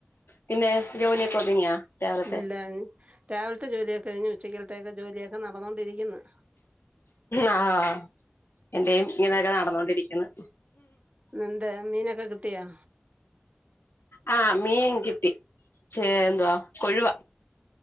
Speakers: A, on the left; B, on the right.
A: പിന്നെ ജോലിയൊക്കെ ഒതുങ്ങിയാ രാവിലത്തെ
B: ഇല്ല രാവിലത്തെ ജോലിയൊക്കെ കഴിഞ്ഞ് ഉച്ചക്കൽത്തെ ഒക്കെ ജോലിയൊക്കെ നടന്നോണ്ടിരിക്കുന്ന്
A: ആഹ് എന്റെയും ഇങ്ങനൊക്കെ നടന്നോണ്ടിരിക്കുന്നു
B: എന്താ മീനൊക്കെ കിട്ടിയൊ
A: ആഹ് മീൻ കിട്ടി ചേ എന്തുവാ കൊഴുവ